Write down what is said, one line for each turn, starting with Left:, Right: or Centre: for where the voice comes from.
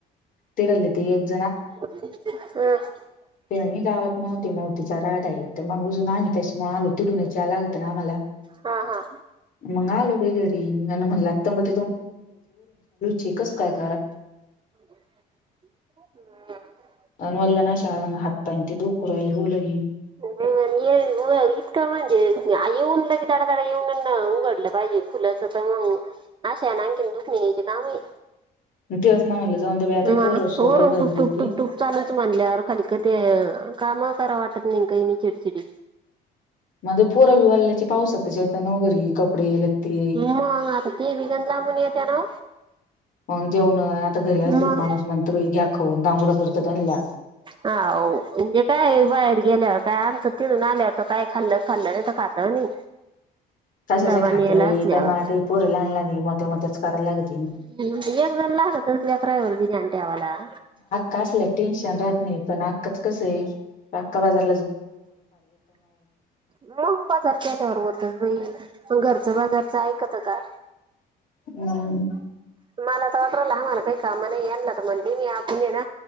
Left: तडलली त <unintelligible>
Right: हम <unintelligible> <inaudible>
Left: मी गावात मवते मवतीचा राड आहे तर मग अजून आण <inaudible> <unintelligible> त्याच्यामुळे आलो तिटूनयच्या लागत ना मला
Right: हा हा
Left: मग आलो बेग र न मणतो ठीकस काय कार
Right: हम्
Left: अ वल्ल नाशा हातपाय ते दुख राहिली लगी
Right: हो इतकां म्हणजे येऊन ल की डाातडा येऊन उघडलं पाहिजे फुलंस मग आशा ना आणखीन दुख नि घ्यायचे कामही
Left: मग तेच ना म्हणलं जाऊन दे बाई आता
Right: म
Left: पोरं सोरं
Right: वरून
Left: घरी
Right: टुपटुक
Left: येते
Right: टुकटूप चालच म्हनल्यावर खाली क ते कामा करा वाटत नाही कायनी चिडीचडी
Left: मध्ये पोर बल्या पावसातता ना घरी कपडे लगते
Right: मग आता ते बिगन लांबून येते ना
Left: मग जेवण आता घरी असल
Right: मग
Left: माणूस म्हणत घ्या खवून दांगोड करतात आणल्या
Right: हा. हुं <unintelligible> हाये बाहेर गेल्यावर काय आमचं तिजून आल्यावर तर काय खाल्लं खाल्लं नाही तर खात ही नाही.
Left: तच
Right: डबा
Left: खाते
Right: नेला असल्यावर
Left: पण मला ते पुर आणलं नाही मोठ्या मोठ्याच कराला लागली
Right: एक <unintelligible> आणि ठेवाला
Left: कासल्या टेनशन राहत नाही पण आजकालच कसं आहे आका बाजार
Right: मग बाजारख्या त्यावर होतच भाई. त घरचं बाजारचं ऐकत का?
Left: हम्.
Right: मला तर वाटरला आम्हाला काही कामा नाही. यांना तर म्हणजे मी आपण हे ना